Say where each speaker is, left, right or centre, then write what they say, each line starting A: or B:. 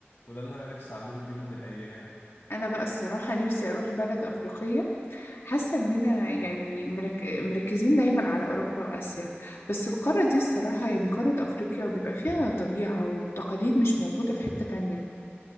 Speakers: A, on the left (about 60°); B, on the left (about 85°).
A: وده اللي انا نفسي اعمله في يوم من الايام
B: انا بقى الصراحه نفسي اروح بلد افريقيه حاسه اننا يعني مرك... مركزين دايما على اوروبا واسيا بس القاره دي الصراحه يعني قاره افريقيا بيبقى فيها طبيعه وتقاليد مش موجوده في حته تانية